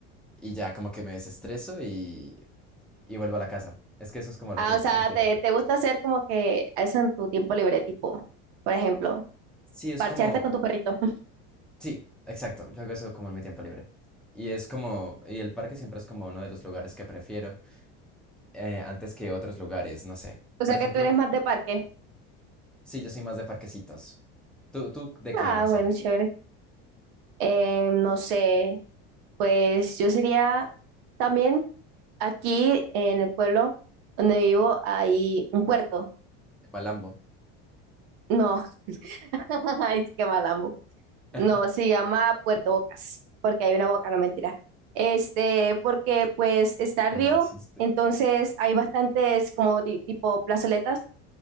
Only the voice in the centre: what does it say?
y ya como que me desestreso y, y vuelvo a la casa. Es que eso es como lo
que
yo
prefiero
hacer.
Sí, es
como,
sí, exacto, yo hago eso como en mi tiempo libre. Y es como, y el parque siempre es como uno de los lugares que prefiero eh, antes que otros lugares, no sé.
Por
ejemplo,
Sí, yo soy más de parquecitos. ¿Tú, tú de qué
más
eres?
De Malambo.
<laughs>
Qué
mal chiste.